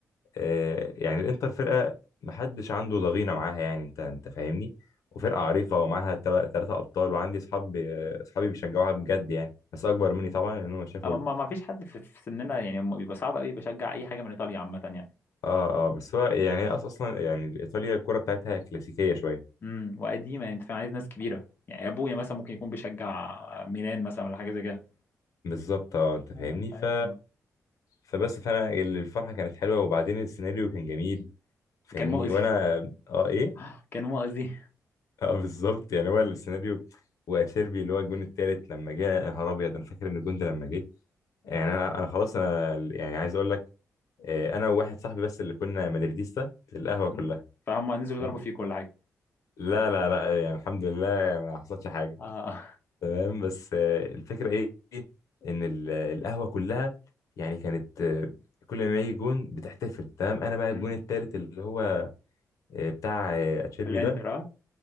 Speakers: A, on the left; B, on the left.
A: آه، يعني الانتر فرقه محدش عنده ضغينه معاها يعني انت انت فاهمني وفرقه عريقه ومعاها ثلاثه ابطال وعندي اصحاب اصحابي بيشجعوها بجد يعني بس اكبر مني طبعا لان هم شافوا
B: آه،
A: ال-
B: ما ما فيش حد في في سننا يعني بيبقى صعب قوي بشجع اي حاجة من ايطاليا عامة يعني
A: اه اه بس هو يعني هي أص- اصلا يعني ايطاليا الكره بتاعتها كلاسيكيه شويه
B: امم وقديمه يعني انت فاهم عايز ناس كبيره يعني ابويا مثلا ممكن يكون بيشجع ميلان مثلا ولا حاجه زي كده
A: بالظبط اه انت فاهمني
B: آه، فاهم
A: ف فبس فانا ال- الفرحه كانت حلوه وبعدين السيناريو كان جميل فاهمني
B: كان مؤذي
A: وانا اه ايه
B: <laughs> كان مؤذي
A: <laughs> اه بالظبط يعني هو السيناريو واتشيربي اللي هو الجون التالت لما جه يا نهار ابيض انا فاكر ان الجون ده لما جه يعني انا انا خلاص انا يعني عايز اقول لك آه، انا وواحد صاحبي بس اللي كنا مدريديستا في القهوه
B: مم.
A: كلها
B: فهم نزلوا
A: تمام؟
B: ضربوا فيه كل حاجه
A: لا لا لا يعني الحمد لله ما حصلش حاجه
B: اه
A: تمام بس آه، الفكره ايه إيه؟ ان ال- القهوه كلها يعني كانت آه، كل ما يجي جون بتحتفل تمام انا بقى الجون
B: مم.
A: التالت اللي هو آه، بتاع آه، اتشيربي
B: <laughs> الانتر
A: ده
B: اه